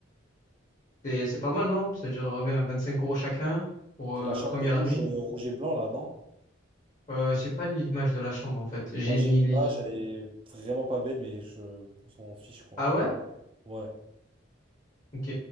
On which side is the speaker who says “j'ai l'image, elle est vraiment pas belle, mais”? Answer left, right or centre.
Right